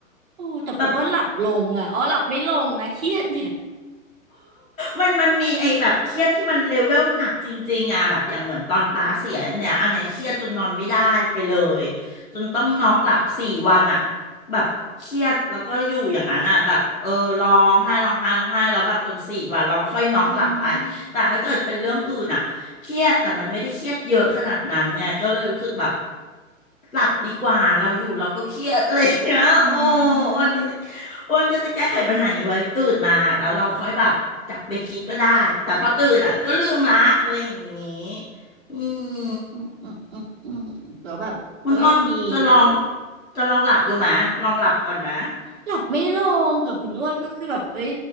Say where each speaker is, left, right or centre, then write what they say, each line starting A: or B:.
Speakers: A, on the right; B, on the left.
A: โอ้แต่คุณอ้วนหลับลงอ่ะอ๋อหลับไม่ลงนะเครียดเนี่ย
B: แบบ มันมันมีไอ้แบบเครียดที่มันเลเวลหนักจริงๆอ่ะแบบอย่างเหมือนตอนตาเสียเนี่ยอันเนี้ยเครียดจนนอนไม่ได้ไปเลยจนต้องนอกหลับสี่วันอ่ะแบบเครียดแล้วก็อยู่อย่างนั้นอ่ะแบบเออร้องไห้ร้องไห้ร้องไห้แล้วแบบจนสี่วันเราก็ค่อยน็อกหลับไปแต่ถ้าเกิดเป็นเรื่องอื่นอ่ะเครียดแต่มันไม่ได้เครียดเยอะขนาดนั้นไงก็เลยรู้สึกแบบ
A: อือฮึอ
B: หลับดีกว่าเราอยู่เราก็เครียดอะไรอย่างเงี้ยโอ้
A: อื
B: มันก็จะ
A: ม
B: อ้วนก็จะแก้ไขปัญหานี้ไว้ตื่นมาแล้วเราค่อยแบบกลับไปคิดก็ได้แต่พอตื่นอ่ะก็ลืมละอะไรอย่างงี้อืม
A: อืมอืมอืมอืมก็แบบก็ยังดีคุณ
B: คุณอ้อจะลองจะลองหลับดูไหมลองหลับก่อนไหม
A: หลับไม่ลงกับคุณอ้วนก็คือแบบเอ้ย